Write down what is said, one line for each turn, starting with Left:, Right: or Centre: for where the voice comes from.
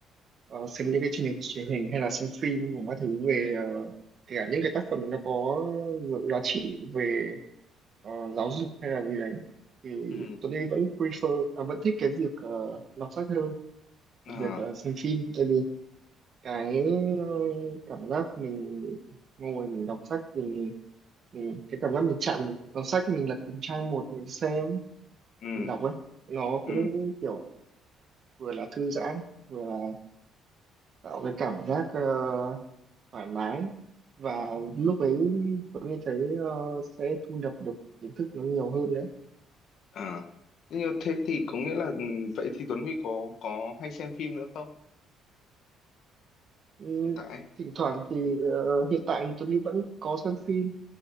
Right: ờ, xem những cái chương trình truyền hình hay là xem phim cùng các thứ về ờ, kể cả những cái tác phẩm nó có giá trị về ờ, giáo dục hay là gì đấy thì
Left: ừ,
Right: Tuấn Huy vẫn prefer à, vẫn thích cái việc ờ, đọc sách hơn là
Left: à,
Right: việc ờ, xem phim tại vì cái ờ, cảm giác mình ngồi mình đọc sách rồi ừ, cái cảm giác mình chạm một cuốn sách mình lật từng trang một mình xem
Left: ừ,
Right: mình đọc ấy nó cũng
Left: ừ,
Right: kiểu vừa là thư giãn vừa là tạo cái cảm giác ờ, thoải mái và lúc ấy tôi mới thấy ờ, sẽ thu nhập được kiến thức nó nhiều hơn nữa
Left: à. Như thế thì có nghĩa là ừ, vậy thì Tuấn Huy có có hay xem phim nữa không?
Right: ừ,
Left: Hiện tại,
Right: thỉnh thoảng thì ờ, hiện tại thì Tuấn vẫn có xem phim